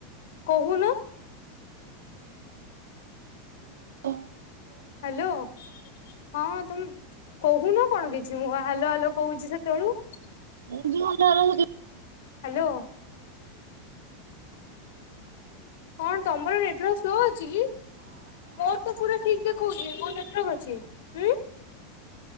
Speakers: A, on the left (about 70°); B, on the right (about 80°).
A: କହୁନୁ।
B: ଓ
A: ହାଲୋ। ହଁ ତମେ କହୁନ କଣ କିଛି ମୁଁ ହାଲୋ ହାଲୋ କହୁଚି ସେତେବେଳୁ?
B: ମୁଁ ବି ଭଲ
A: ହାଲୋ। କଣ ତମର ନେଟୱାର୍କ ସ୍ଲୋ ଅଛିକି? ମୋରତ ପୁରା ଠିକ୍ ଦେଖଉଛି ମୋର ନେଟୱର୍କ ଅଛି। ଉଁ